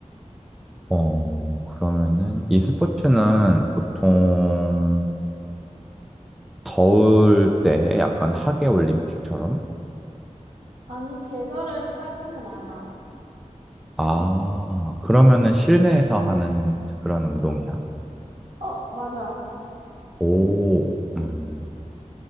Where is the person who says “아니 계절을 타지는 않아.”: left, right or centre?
Right